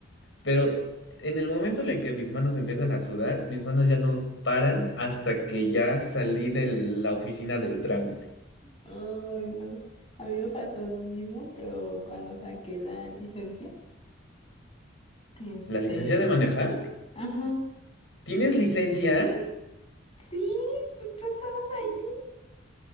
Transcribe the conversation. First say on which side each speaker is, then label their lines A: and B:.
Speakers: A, on the left; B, on the left.
A: pero en el momento en el que mis manos empiezan a sudar, mis manos ya no paran hasta que ya salí de la oficina del trámite.
B: Ay, no. A mí me pasó lo mismo, pero cuando saqué la licencia, este,
A: ¿La licencia de manejar?
B: ajá.
A: ¿Tienes licencia?
B: Sí, pues, tú estabas ahí.